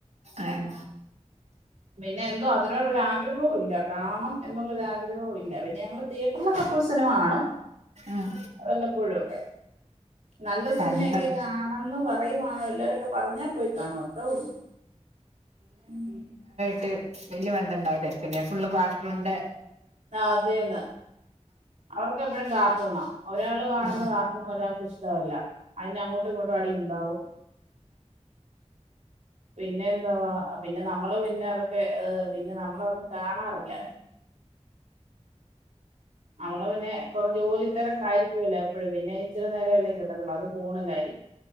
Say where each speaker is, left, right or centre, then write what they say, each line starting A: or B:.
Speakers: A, on the right (about 70°); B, on the right (about 90°).
A: ആൻ
B: പിന്നെ എന്തോ അതിനോട് ഒരു ആഗ്രഹവും ഇല്ല കാണണം എന്നുള്ള ആഗ്രഹവും ഇല്ല പിന്നെ നമ്മൾ തിയേറ്ററിൽ ഒക്കെ പോയി സിനിമ കാണും
A: ഉം
B: വല്ലപ്പോഴുമൊക്കെ നല്ല
A: പണ്ട്
B: സിനിമയൊക്കെ ആണെന്ന് പ റയുവാ വെല്ലോരൊക്ക പറ്ഞ്ഞാ പോയി കാണും അത്രോ ഉള്ളൂ ഉം
A: ട്ട് വല്ല്യ ബന്ധം ഇണ്ടാവൂലേക്കുല്ലെ ഫുള്ള് കാർട്ടൂൺന്റെ
B: അതേന്ന് അവർക്കെപ്പഴും കാർട്ടൂണാ ഒരാള് കാണുന്ന
A: ആ
B: കാർട്ടൂണ് ഒരാൾക്ക് ഇഷ്ടവല്ല അയ്ന് അങ്ങോട്ടും ഇങ്ങോട്ടും അടിയുണ്ടാവും പിന്നെന്തുവാ പിന്നെ നമ്മള് പിന്ന അത് പെ ഏഹ് പിന്നെ നമ്മള അഹൊന്നും കാണാറില്ല അമ്മള് പിന്നെ കൊറെ ജോലി തെരക്ക് ആയിരിക്കുവല്ലേ എ പ്പഴും പിന്നെ ഇച്ചിരി നേരം അല്ലെ കിട്ടത്തുള്ളു അതും ഫോണിലായിരിക്കും